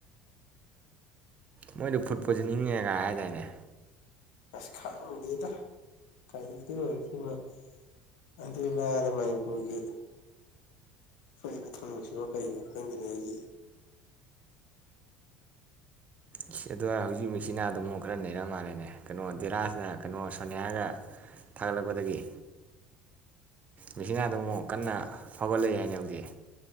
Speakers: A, on the right; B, on the left.
A: ꯃꯣꯏꯗꯣ ꯐꯨꯗ ꯄꯣꯏꯖꯟꯅꯤꯡꯉꯦꯒꯥꯏ ꯍꯥꯏꯗꯥꯏꯅꯦ
B: ꯑꯁ ꯈꯪꯗꯦꯗꯥ ꯀꯔꯤꯗꯩ ꯑꯣꯏꯔꯛꯈꯤꯕꯅꯣ ꯑꯗꯨ ꯂꯥꯏꯔꯅ ꯃꯅꯤꯄꯨꯔꯒꯤ ꯊꯣꯛꯏꯕ ꯊꯧꯗꯣꯛꯁꯤꯕꯧ ꯀꯔꯤꯅꯣ ꯈꯪꯗ꯭ꯔꯤꯉꯩꯖꯤꯗ
A: ꯏꯁ ꯑꯗꯨ ꯍꯥꯏꯔ ꯍꯧꯖꯤꯛ ꯃꯦꯛꯁꯤꯅꯥꯗꯣꯃꯨꯛ ꯈꯔ ꯅꯩꯔ ꯃꯥꯜꯂꯦꯅꯦ ꯀꯩꯅꯣ ꯙꯤꯔꯥꯖꯅ ꯀꯩꯅꯣ ꯁꯣꯅꯤꯌꯥꯒ ꯊꯥꯒꯠꯂꯛꯄꯗꯒꯤ ꯃꯦꯛꯁꯤꯅꯥꯗꯣ ꯑꯃꯨꯛ ꯀꯟꯅ ꯐꯥꯎꯒꯠꯂꯛꯏ ꯍꯥꯏꯅꯦ ꯍꯧꯖꯤꯛ